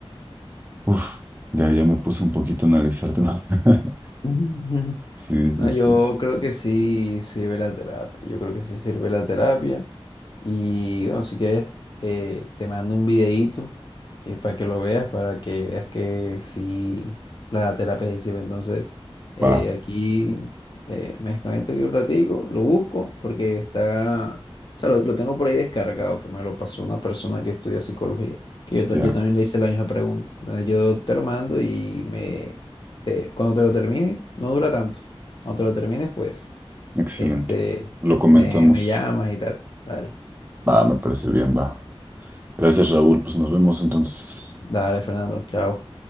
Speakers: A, on the right; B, on the left.
A: Uf, ya, ya me puse un poquito a analizarte, ¿no? <laughs>
B: <laughs>
A: Sí, sí,
B: No, yo
A: sí.
B: creo que sí sirve la terapia. Yo creo que sí sirve la terapia. Y bueno, si quieres, eh, te mando un videíto eh, para que lo veas, para que veas que sí la terapia sí sirve. Entonces, eh,
A: Va,
B: aquí eh, me desconecto aquí un ratico, lo busco porque está, o sea, lo, lo tengo por ahí descargado, que me lo pasó una persona que estudia psicología, que yo, ta-
A: ya.
B: yo también le hice la misma pregunta. Entonces, yo te lo mando y me, te- cuando te lo termines, no dura tanto. Cuando te lo termines, pues,
A: Excelente.
B: este,
A: Lo comentamos.
B: me, me llamas y tal. Dale,
A: Va, me parece bien, va. Gracias, Raúl. Pues nos vemos entonces.
B: dale, Fernando, chao.